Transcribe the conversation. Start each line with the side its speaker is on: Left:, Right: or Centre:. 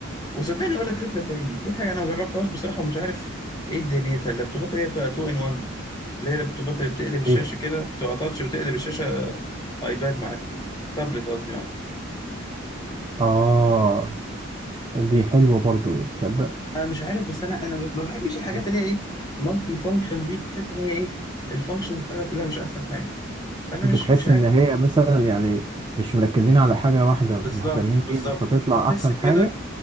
Left: وصدقني أقول لك فكرة تاني في حاجة أنا ما جربتهاش بصراحة ومش عارف إيه دنيتها اللابتوبات اللي هي بتبقى 2 إن 1 دي اللي هي اللابتوبات اللي بتقلب الشاشة
Right: إيه؟
Left: كده تبقى تاتش وتقلب الشاشة أيباد معاك تابلت قصدي معاك.
Right: آه دي حلوة برضو تصدق
Left: انا مش عارف بس انا انا ما بحبش الحاجات
Right: مم.
Left: اللي هي ايه مالتي فانكشن دي بتحس ان هي ايه الفانكشنز بتاعتها كلها مش احسن حاجه فانا
Right: بتحس
Left: مش مش عارف
Right: إن هي مثلا يعني مش مركزين على حاجة واحدة
Left: بالظبط
Right: مهتمين
Left: بالظبط
Right: بيها فتطلع
Left: بحس
Right: أحسن
Left: كده
Right: حاجة